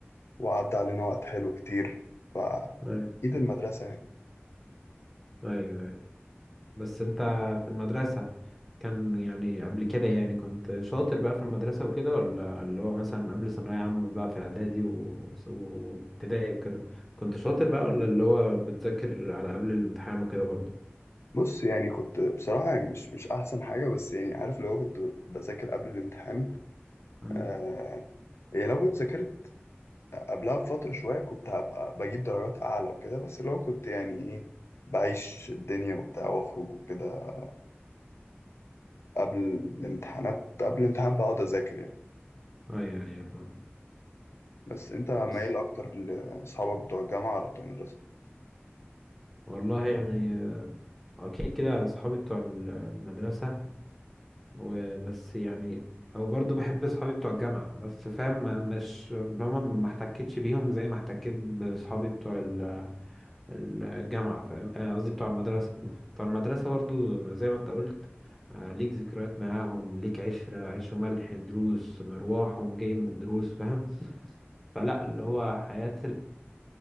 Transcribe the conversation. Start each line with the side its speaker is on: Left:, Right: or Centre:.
Left: وعدى علينا وقت حلو كتير فاكيد
Centre: ايوه
Left: المدرسه يعني
Centre: ايوه ايوه بس انت في المدرسه كان يعني قبل كده يعني كنت شاطر بقى في المدرسه وكده ولا اللي هو مثلا قبل ثانويه عامه بقى في اعدادي و- وابتدائي وكده كنت شاطر بقى ولا اللي هو بتذاكر على قبل الامتحان وكده برضه
Left: بص يعني كنت بصراحه يعني مش مش احسن حاجه بس يعني عارف لو كنت بذاكر قبل الامتحان
Centre: مم.
Left: آه يعني لو كنت ذاكرت قبلها بفترة شوية كنت هبقى بجيب درجات أعلى وكده بس اللي هو كنت يعني إيه بعيش الدنيا وبتاع وأخرج وكده قبل الامتحانات قبل الامتحان بقعد أذاكر يعني
Centre: ايوه ايوه فاهم
Left: بس أنت مايل
Centre: بس
Left: أكتر لأصحابك بتوع الجامعة ولا بتوع المدرسة؟
Centre: والله يعني اكيد كده اصحابي بتوع ال- المدرسه وبس يعني او برضو بحب اصحابي بتوع الجامعه بس فاهم مش هما ما احتكتش بيهم زي ما احتكيت باصحابي بتوع ال- الجامعه فاهم آه، قصدي بتوع المدرسه بتوع المدرسه برضو زي ما انت قلت آه، ليك ذكريات معاهم ليك عشرة عيش وملح دروس مروحهم جاي من الدروس فاهم فلا اللي هو حياة